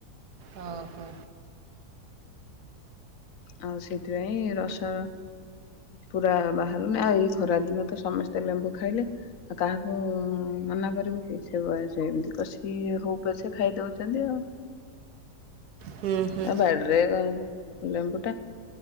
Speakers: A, on the right (about 70°); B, on the left (about 60°).
A: ଓ ହୋ
B: ଆଉ ସେଥିପାଇଁ ରସ ପୁରା ବାହାରୁନି ଆଉ ଏଇ ଖରା ଦିନ ତ ସମସ୍ତେ ଲେମ୍ବୁ ଖାଇଲେ ଆଉ କାହାକୁ ମନା କରିବୁ କି ଏମିତି କଷି ହଉପଛେ ଖାଇ ଦଉଛନ୍ତି ଆଉ
A: ହୁଁ ହୁଁ
B: ଆ ବାଡ଼ିରେ